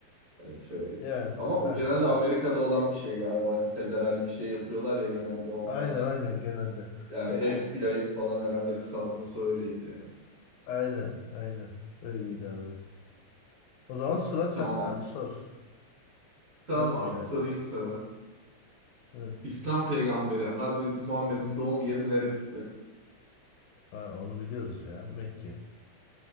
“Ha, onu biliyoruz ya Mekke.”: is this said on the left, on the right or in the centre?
Left